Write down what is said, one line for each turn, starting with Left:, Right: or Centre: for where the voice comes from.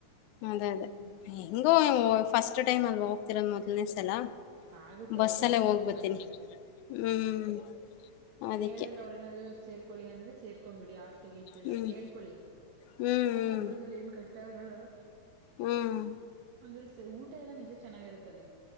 Left: ಅದೇ ಅದೇ
Right: ಹ್ಮ್
Left: ಹೆಂಗೋ ಫಸ್ಟ್ ಟೈಮ್ ಅ ರ ಮೊದಲನೇ ಸಲ
Right: ಹ ಆಗುತ್ತೆ
Left: ಬಸ್ಸಲ್ಲೇ
Right: ಹೋಗಿ ಟೆಂಗಷನ
Left: ಹೋಗ್ಬರ್ತೀನಿ
Right: ಮಾಡ್ಕೊಬೇಡಿ
Left: ಹ್ಮ್
Right: ಅಷ್ಟೆ
Left: ಅದಕ್ಕೆ
Right: ಹೇಳದ್ರ ಅವ್ರಏನಾದ್ರು ಸೇರ್ಕೊಳ್ಳಿ ಅಂದ್ರೆ ಸೇರ್ಕೊಂಬಿಡಿ ಆ ಎಲ್ಲ
Left: ಹ್ಮ್
Right: ಕೇಳ್ಕೊಳ್ಳಿ
Left: ಹ್ಮ್
Right: ಸಂಬಳದಲ್ಲಿ ಏನ್ ಕಟ್ಟ ಆಗಲ್ಲ
Left: ಹ್ಮ್
Right: ಒಂದ್ರೆ ಊಟ ಎಲ್ಲಾ ನಿಜ ಚೆನ್ನಾಗಿರುತ್ತಲ್ಲಿ